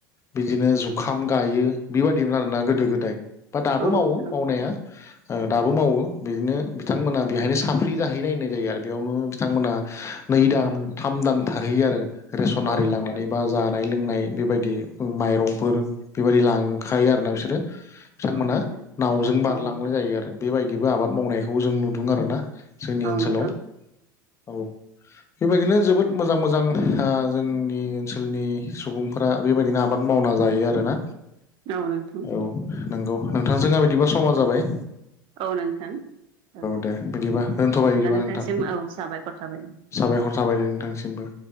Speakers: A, on the left (about 25°); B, on the right (about 50°).
A: बिदिनो जुखाम गायो बेबायदिमोन आरोना गोदो गोदाय बा दाबो
B: औ
A: मावो
B: नोंथां
A: मावनाया ओ दाबो मावो बिदिनो बिथांमोना बेहायनो साफ्रि जाहैनाय होननाय जायो आरो बेयावनो बिथांमोना नै दान थाम दान थाहैयो आरोे रे सनहारि
B: औ नोंथां
A: लांनानै बा जानाय लोंनाय बेबायदि माइरंफोर बेबायदि लांखायो आरोना बिसोरो बिथांमोना
B: औ नोंथां
A: नावजों बारलांनाय
B: औ नोंथां
A: जायो आरो बेबायदिबो आबाद मावनायखौ जों नुदों आरोना जोंनि
B: औ
A: ओनसोलाव
B: नोंथां
A: औ बेबायदिनो जोबोद मोजां मोजां आ जोंनि ओनसोलनि सुबुंफोरा बेबायदिनो आबाद मावना जायो आरोना
B: औ नोंथां
A: औ नोंगौ नोंथांजोंहा बिदिबा समा जाबाय
B: औ नोंथां औ औ
A: दे बिदिबा दोनथ'बाय
B: जब्ला
A: बिदिबा
B: नोंथांनिसिम
A: नोंथां
B: औ साबायखर थाबाय
A: साबायखर थाबायदे नोंथांसिमबो